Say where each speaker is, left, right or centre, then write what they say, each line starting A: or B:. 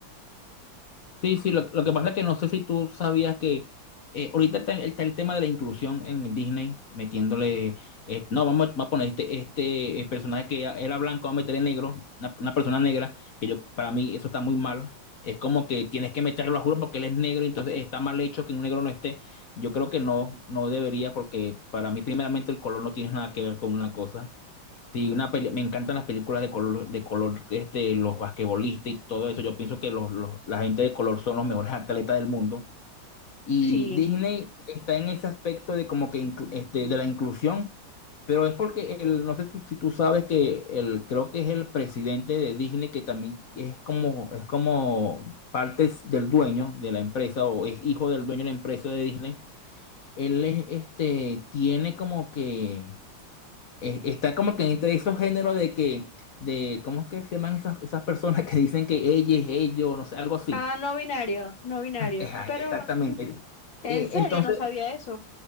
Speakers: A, on the left (about 50°); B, on the left (about 70°).
A: Sí, sí, lo, lo que pasa es que no sé si tú sabías que eh, ahorita está, está el tema de la inclusión en Disney, metiéndole, eh, no, vamos, a vamos a poner este, este eh, personaje que era blanco, vamos a meterle negro, una, una persona negra, que yo, para mí eso está muy mal. Es como que tienes que meterlo a juro porque él es negro, entonces está mal hecho que un negro no esté. Yo creo que no, no debería, porque para mí primeramente el color no tiene nada que ver con una cosa. Sí, una peli- me encantan las películas de color, de color, este, los basquetbolistas y todo eso. Yo pienso que los, los- la gente de color son los mejores <laughs> atletas del mundo. Y
B: Sí.
A: Disney está en ese aspecto de como que inclu- este, de la inclusión, pero es porque el, no sé tú- si tú sabes que el, creo que es el presidente de Disney que también es como, es como parte del dueño de la empresa o es hijo del dueño de la empresa de Disney. Él es, este, tiene como que eh, está como que entre esos géneros de que, de, ¿cómo es que se llaman esas, esas personas que dicen que ella es ellos, no sé, algo así?
B: Ah, no binario, no binario.
A: Ejá,
B: Pero
A: exactamente.
B: en
A: Eh,
B: serio
A: entonces,
B: no sabía eso.